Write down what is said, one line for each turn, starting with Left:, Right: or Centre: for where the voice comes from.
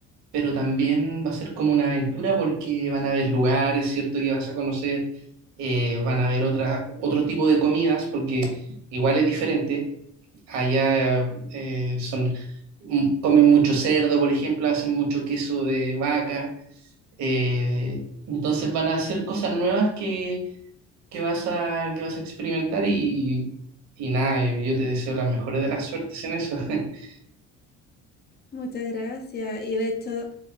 Right: pero también va a ser como una aventura porque van a haber lugares, ¿cierto? Que vas a conocer, eh, van a haber otra, otro tipo de comidas porque igual es diferente. Allá eh, son, m- comen mucho cerdo, por ejemplo, hacen mucho queso de vaca. eh, entonces van a hacer cosas nuevas que, que vas a, que vas a experimentar y, y nada, yo yo te deseo las mejores de las suertes en eso. <laughs>
Left: Muchas gracias. Y de hecho,